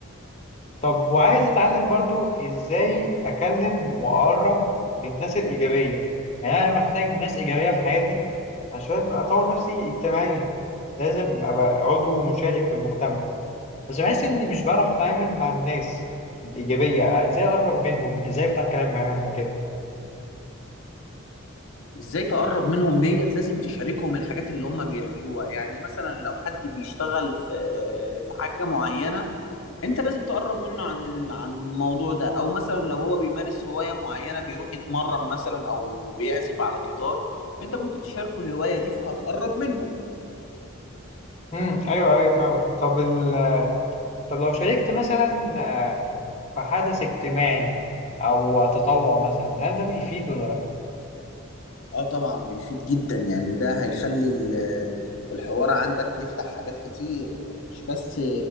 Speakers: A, on the left; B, on the left.
A: طب وعايز اتعلم برضو ازاي اكلم واقرب من الناس الايجابيه يعني انا محتاج ناس ايجابيه في حياتي عشان اطور نفسي اجتماعيا لازم ابقى عضو مشارك في المجتمع بس بحس اني مش بعرف اتعامل مع الناس الايجابيه ازاي اقرب منهم ازاي افتح كلام معاهم وكده
B: ازاي تقرب منهم ديت لازم تشاركهم الحاجات اللي هم بيعملوها يعني مثلا لو حد بيشتغل في في حاجة معينة انت لازم تقرب منه عن ال... عن الموضوع ده او مثلا لو هو بيمارس هواية معينة بيروح يتمرن مثلا او بيعزف على جيتار انت ممكن تشاركه الهواية دي فهتقرب منه
A: امم ايوه ايوه فاهمك طب ال... طب لو شاركت مثلا آه، في حدث اجتماعي او تطوع مثلا هل ده بيفيد ولا لا
B: اه طبعا بيفيد جدا يعني ده هيخلي ال- الحوار عندك يفتح حاجات كتير مش بس